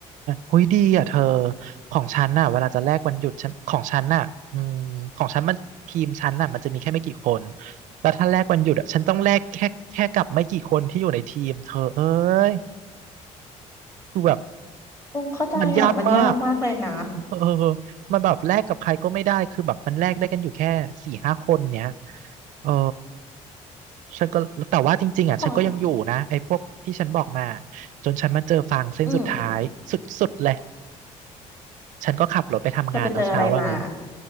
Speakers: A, on the right (about 70°); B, on the left (about 25°).
A: หุยดีอ่ะเธอ ของฉันน่ะเวลาจะแลกวันหยุดฉันของฉันน่ะอืมของฉันมันทีมฉันน่ะมันจะมีแค่ไม่กี่คน แล้วถ้าแลกวันหยุดอ่ะฉันต้องแลกแค่แค่กับไม่กี่คนที่อยู่ในทีมเธอเอ้ยคือแบบ
B: อืมเข้าใจอ่ะมันยากมากเลยนะ
A: มันยากมากเออมันแบบแลกกับใครก็ไม่ได้คือแบบมันแลกได้กันอยู่แค่สี่ห้าคนเนี้ยเออ ฉันก็แต่ว่าจริงๆอ่ะฉันก็ยังอยู่นะไอ้พวกที่ฉันบอกมา
B: ของ
A: จนฉันมาเจอฟางเส้นสุดท้ายสุดๆเลย
B: อืม
A: ฉันก็ขับรถไปทำงานเนาะเช้าวันนั้น
B: เธอไปเจออะไรมา